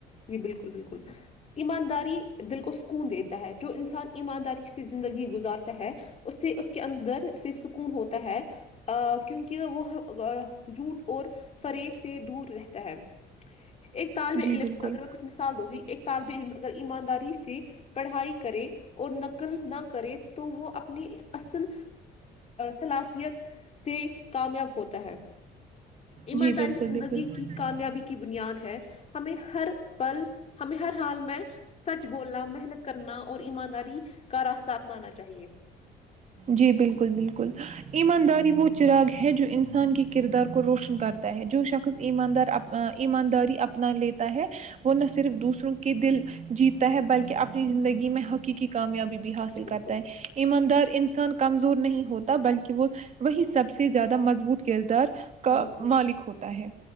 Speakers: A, on the left (about 40°); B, on the right (about 45°).
A: جی بالکل بالکل ایمانداری دل کو سکون دیتا ہے جو انسان ایمانداری سے زندگی گزارتا ہے اس سے اس کے اندر سے سکون ہوتا ہے ا کیونکہ وہ جوٹ اور فریب سے دور رہتا ہے ایک طالب
B: جی
A: علم
B: بالکل
A: اگر میں کچھ مثال دو گی ایک طالب ع اگر ایمانداری سے پڑھائی کرے اور نقل نہ کرے تو وہ اپنی اصل صلاحیت سے کامیاب ہوتا ہے ایمانداری
B: جی بالکل
A: زندگی
B: بالکل
A: کی کامیابی کی بنیاد ہے ہمیں ہر پل ہمیں ہر حال میں سچ بولنا محنت کرنا اور ایمانداری کا راستہ اپنانا چاہیے <inaudible>
B: جی بالکل بالکل ایمانداری وہ چراغ ہے جو انسان کے کردار کو روشن کرتا ہے جو شخص ایماندار ایمانداری اپنا لیتا ہے وہ نہ صرف دوسروں کے دل جیتتا ہے بلکہ اپنی زندگی میں حقیقی کامیابی بھی حاصل
A: جی بالکل
B: کرتا ہے ایماندار انس کمزور نہیں ہوتا بلکہ وہ وہی سب سے زیادہ مضبوط کردار کا
A: بالکل
B: مالک ہوتا ہے